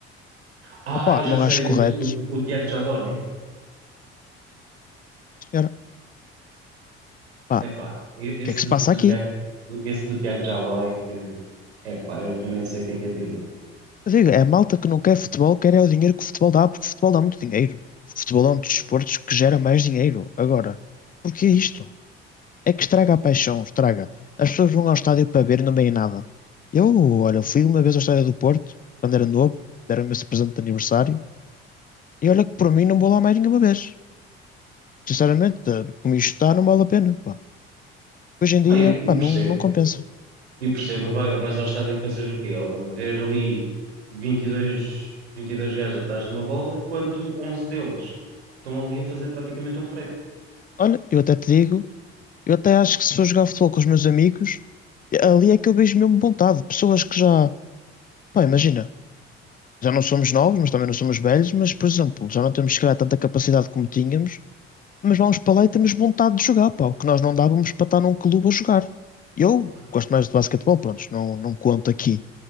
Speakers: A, on the right (about 85°); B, on the left (about 25°).
A: Ah,
B: Opa,
A: já
B: não
A: sei,
B: acho
A: o,
B: correto,
A: o, o Tiago Jaló, né?
B: senhora. Pá,
A: Epá,
B: o
A: e- esse
B: que é que
A: do,
B: se passa
A: do
B: aqui?
A: Tiago, esse do Tiago Jaló é que, epá, eu, eu nem sei o que é que é dizer.
B: Eu digo, é a malta que não quer futebol, quer é o dinheiro que o futebol dá, porque o futebol dá muito dinheiro. O futebol é um dos desportos que gera mais dinheiro. Agora, porquê isto? É que estraga a paixão, estraga. As pessoas vão ao estádio para ver e não veem nada. Eu, olha, fui uma vez ao estádio do Porto, quando era novo, deram-me esse presente de aniversário, e olha que por mim não vou lá mais nenhuma vez. Sinceramente, eh, como isto está, não vale a pena, pá. Hoje em dia,
A: Ah, e, e
B: pá,
A: percebo,
B: não, não compensa.
A: E percebo, vai- vais ao estádio fazer o quê? Ver ali 22, 22 gajos atrás de uma bola, quando 11 deles estão ali a fazer praticamente um frete.
B: Olha, eu até te digo Eu até acho que se for jogar futebol com os meus amigos, ali é que eu vejo mesmo vontade. Pessoas que já, pá, imagina, já não somos novos, mas também não somos velhos, mas, por exemplo, já não temos, se calhar, tanta capacidade como tínhamos, mas vamos para lá e temos vontade de jogar, pá, o que nós não dávamos para estar num clube a jogar. Eu
A: Ah,
B: gosto mais de basquetebol, pronto, não, não conto aqui,